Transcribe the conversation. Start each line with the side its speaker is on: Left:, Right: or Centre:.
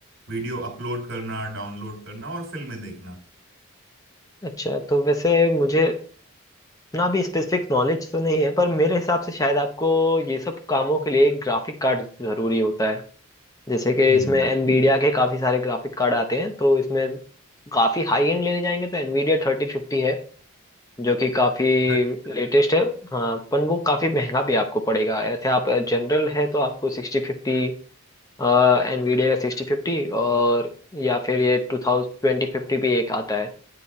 Right: वीडियो अपलोड करना डाउनलोड करना और फिल्में देखना
Left: अच्छा तो वैसे मुझे ना भी स्पेसिफिक नॉलेज तो नहीं है पर मेरे हिसाब से शायद आपको ये सब कामों के लिए एक ग्राफिक कार्ड जरूरी होता है जैसे कि
Right: हम्म
Left: इसमें एनवीडिया के काफी सारे ग्राफिक कार्ड आते हैं तो इसमें काफी हाई एंड लेने जाएंगे तो एनवीडिया थर्टी फिफ्टी है जो कि काफी
Right: थर्टी
Left: लेटेस्ट है हाँ पर वो काफी महंगा भी आपको पड़ेगा ऐसे आप जनरल है तो आपको सिक्सटी फिफ्टी एनवीडिया का सिक्सटी फिफ्टी और या फिर ये टू थाउजेंड ट्वेंटी फिफ्टी भी एक आता है